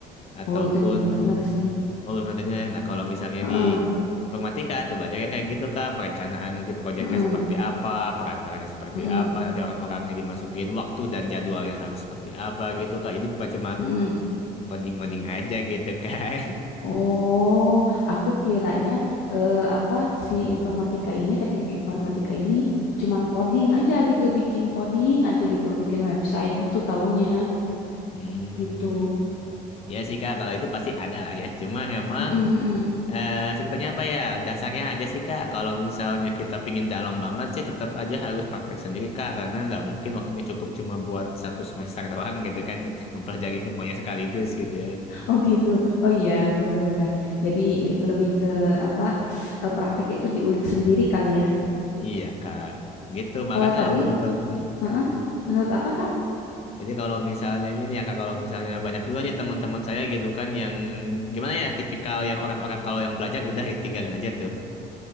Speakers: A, on the left (about 35°); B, on the left (about 90°).
A: ataupun
B: Oh itu belum dengar sih.
A: oh belum pernah dengar. Nah, kalau misalnya
B: Heeh.
A: di informatika tuh belajar yang kayak gitu Kak, perencanaan nanti projectnya
B: Heeh.
A: seperti apa, peran-perannya seperti
B: Heeh.
A: apa, nanti orang-orangnya dimasukin waktu dan jadwalnya harus seperti apa gitu Kak. Jadi bukan cuma
B: Heeh.
A: ngoding-ngoding aja gitu <laughs> Kak.
B: Oh, aku kiranya eh, apa si informatika ini, teknik informatika ini cuman coding aja gitu, bikin coding aja gitu, bikin website gitu taunya
A: Hmm,
B: gitu.
A: ya sih Kak, kalau itu pasti ada lah ya. Cuma emang
B: Mm-mm, mm-mm.
A: eh, sebetulnya apa ya dasarnya aja sih Kak. Kalau misalnya kita pingin dalam banget sih, tetap aja harus praktek sendiri Kak, karena nggak mungkin waktunya cukup cuma buat satu semester doang gitu kan, mempelajari semuanya sekaligus gitu.
B: Oh gitu. Oh iya, benar-benar.
A: Hmm.
B: Jadi i- lebih ke apa eh, praktek itu diulik sendiri kali ya.
A: Iya Kak, gitu. Makan
B: Kalau
A: kalau
B: tadi,
A: be- be- hmm.
B: heeh, menurut apa Kak?
A: Jadi kalau misalnya gini ya Kak, kalau misalnya banyak juga nih teman-teman saya gitu kan yang gimana ya tipikal yang orang-orang kalau yang belajar udah ditinggalin aja tuh.